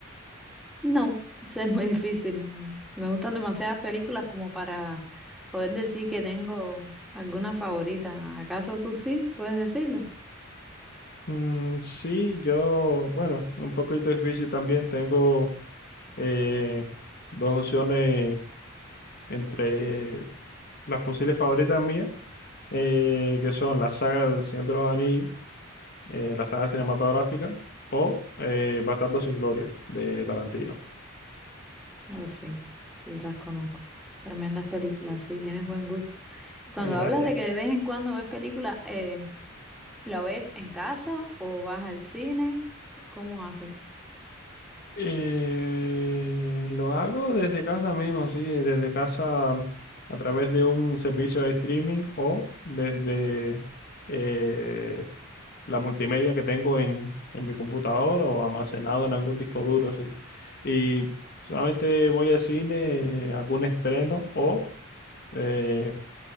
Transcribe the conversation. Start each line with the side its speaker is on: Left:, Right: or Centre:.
Centre: No, <laughs> eso es muy difícil. Mm, Me gustan demasiadas películas como para poder decir que tengo alguna favorita. ¿Acaso tú sí? ¿Puedes decirlo?
Left: Mm, sí, yo, bueno, un poquito difícil también. Tengo eh, dos opciones entre las posibles favoritas mías, eh, que son la saga del Señor de los Anillos, eh, la saga cinematográfica, o eh, Bastardos sin Gloria de Tarantino.
Centre: Oh, sí, sí, las conozco. Tremendas películas, sí, tienes buen gusto. Y cuando
Left: Ay, gracias.
Centre: hablas de que de vez en cuando ves películas, eh, ¿la ves en casa o vas al cine? ¿Cómo haces?
Left: Eh, lo hago desde casa mismo, sí, desde casa a través de un servicio de streaming o desde eh, la multimedia que tengo en, en mi computador o almacenado en algún disco duro, sí. Y solamente voy al cine, eh, algún estreno o eh,